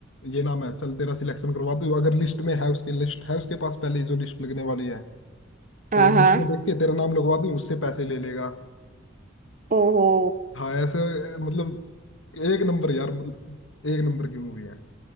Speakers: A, on the left; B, on the right.
A: ये नाम है चल तेरा सिलेक्शन करवा दूँ अगर लिस्ट में है उसकी लिस्ट है उसके पास पहले ही जो लिस्ट लगने वाली है
B: हाँ
A: तो
B: हाँ
A: लिस्ट में देख के तेरा नाम लगवा दूँ उससे पैसे ले लेगा
B: ओहो
A: हाँ ऐसे मतलब एक नंबर यार मतलब एक नंबर की मूवी है